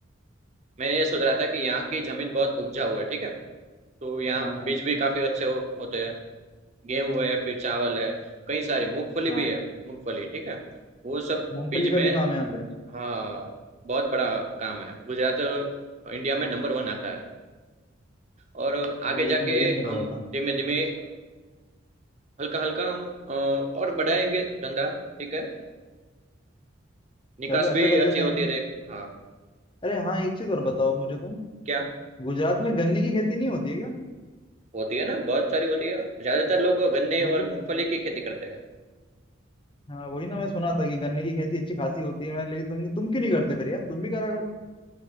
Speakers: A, on the right; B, on the left.
A: मैं ये सोच रहा था कि यहाँ की जमीन बहुत उपजाऊ है ठीक है तो यहाँ
B: हाँ हाँ
A: बीज भी काफी अच्छे हो, होते हैं गेहूं है फिर चावल है कई सारी मूंगफली
B: हाँ
A: भी है मूंगफली ठीक है वो सब
B: मूंगफली
A: बीज
B: का
A: में
B: भी काम है यहाँ पे
A: हाँ बहुत बड़ा काम है गुजरात अ, इंडिया में नंबर वन आता है और
B: अरे
A: आगे
B: ये
A: जाके
B: तो मुझे ही नहीं पता
A: हम
B: था
A: धीमे धीमे हल्का हल्का हम अ, और बढ़ाएंगे धंधा ठीक है निकास
B: चलो ऐसा
A: भी
B: कर लेते
A: अच्छी होती
B: हैं
A: रहेगी हाँ
B: अरे हाँ एक चीज और बताओ मुझे तुम
A: क्या
B: गुजरात में गन्ने की खेती नहीं होती है क्या
A: होती है ना बहुत सारी होती है ज्यादातर लोग गन्ने
B: होती
A: और मूंगफली की खेती करते हैं
B: हाँ वही ना मैं सुना था कि गन्ने की खेती अच्छी खासी होती है मैं लेकिन तुम तुम क्यों नहीं करते फिर यार तुम भी करा करो